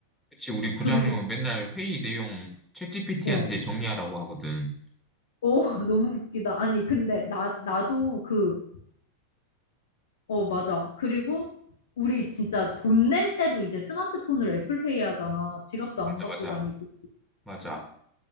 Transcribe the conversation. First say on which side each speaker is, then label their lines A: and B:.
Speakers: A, in the centre; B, on the left.
A: 그치, 우리 부장님은
B: 그리고,
A: 맨날 회의 내용 챗GPT한테
B: 어,
A: 정리하라고 하거든.
B: 어, <laughs> 너무 웃기다. 아니, 근데 나, 나도 그 어, 맞아. 그리고 우리 진짜 돈낼 때도 이제 스마트폰으로 애플페이 하잖아. 지갑도 안
A: 맞아,
B: 갖고
A: 맞아,
B: 다니고.
A: 맞아.